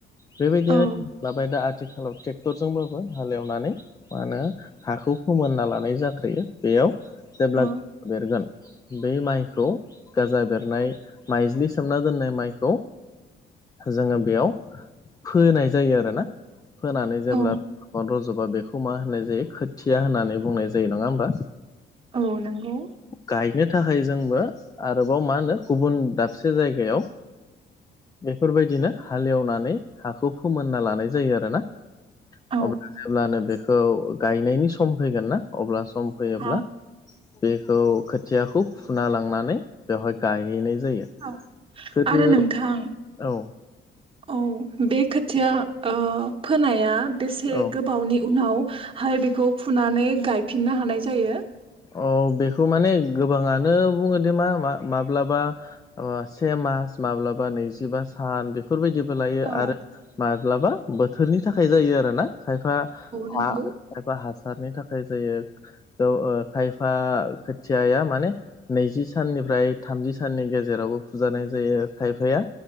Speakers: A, on the left (about 20°); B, on the right (about 25°).
A: बेबायदिनो
B: औ
A: लाबाय दा आथिखालाव ट्रेक्टरजोंबाबो हालेवनानै मा होनो हाखौ फोमोनना लानाय जाग्रोयो बेयाव जेब्ला
B: औ
A: देरगोन बै माइखौ गाजा बेरनाय माइज्लि सोमना दोननाय माइखौ जोङो बेयाव फोनाय जायो आरोना फोनानै जेब्ला
B: औ
A: रज'बा बेखौ मा होननाय जायो खोथिया होननानै बुंनाय जायो नङा होमबा
B: औ नोंगौ
A: गायनो थाखाय जोंबो आरोबाव मा होनो गुबुन दाबसे जायगायाव बेफोरबायदिनो हालेवनानै हाखौ फोमोनना लानाय जायो आरोना
B: औ
A: अब्ला जेब्लानो बेखौ गायनायनि सम फैगोन ना अब्ला सम फैयोब्ला
B: औ
A: बेखौ खोथियाखौ फुना लांनानै बेवहाय गायहैनाय जायो
B: औ
A: गोदो
B: आरो नोंथां
A: औ
B: औ बे खोथिया फोनाया बेसे
A: औ
B: गोबावनि उनावहाय बेखौ फुनानै गायफिननो हानाय जायो
A: औ बेखौ माने गोबाङानो बुङो दे मा माब्लाबा से मास माब्लाबा नैजिबा सान बेफोरबायदिबो लायो
B: औ
A: आरो माब्लाबा बोथोरनि थाखाय जायो आरो ना खायफा
B: नंगौ
A: हा एबा हासारनि थाखाय जायो खायफा खोथियाया माने नैजि साननिफ्राय थामजि साननि गेजेरावबो फुजानाय जायो खायफाया